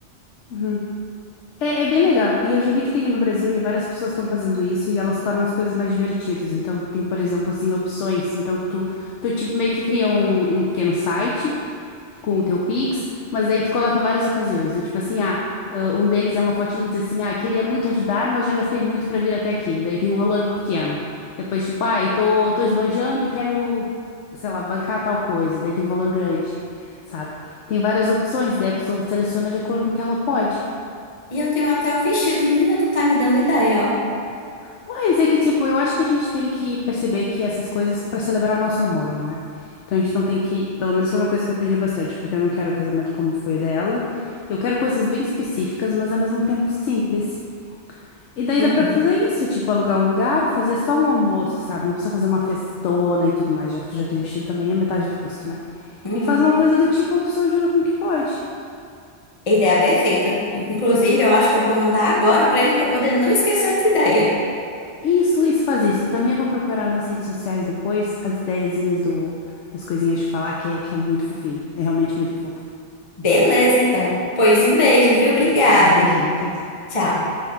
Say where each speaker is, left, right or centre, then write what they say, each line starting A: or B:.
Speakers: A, on the left; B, on the left.
A: uhum. É, é bem legal. E eu já vi que tem no Brasil aí várias pessoas estão fazendo isso e elas tornam as coisas mais divertidas. Então, tem, por exemplo, assim, opções. Então, tu, tu tipo, meio que cria um, um pequeno site. com o teu Pix, mas daí tu coloca várias ocasiões, do tipo assim, ah, ah, um deles é uma fotinha e diz assim, ah, queria muito ajudar, mas já gastei muito pra vir até aqui. Daí tem um valor pequeno. Depois, tipo, ah, tô, tô esbanjando e quero, sei lá, bancar tal coisa. Daí tem um valor grande, sabe? Tem várias opções, daí a pessoa seleciona de acordo com o que ela pode.
B: E eu tenho até o vestido, menina, tu tá me dando ideia, ó.
A: Pois é que, tipo, eu acho que a gente tem que perceber que essas coisas são pra celebrar o nosso amor, não é? Então a gente não tem que. Pelo menos foi uma coisa que eu aprendi bastante, porque eu não quero o casamento como foi o dela. Eu quero coisas bem específicas, mas ao mesmo tempo simples. E daí
B: Uhum,
A: dá pra fazer isso, tipo, alugar um lugar, fazer só um almoço, sabe? Não precisa fazer uma festona e tudo mais, já que tu já tem vestido também, é metade do custo, né?
B: uhum.
A: E faz uma coisa do tipo, a pessoa ajuda com o que pode.
B: Ideia perfeita. Inclusive,
A: Uhum.
B: eu acho que eu vou mandar agora pra ele pra poder não esquecer essa ideia.
A: Isso, isso, faz isso. E também eu vou procurar nas redes sociais depois as ideiazinhas do, das coisinhas de falar, que é, que é muito fofinho. É realmente muito fofo.
B: Beleza, então. Pois um beijo, viu? Obrigada.
A: Tá, beijinho. Tchau, tchau.
B: Tchau.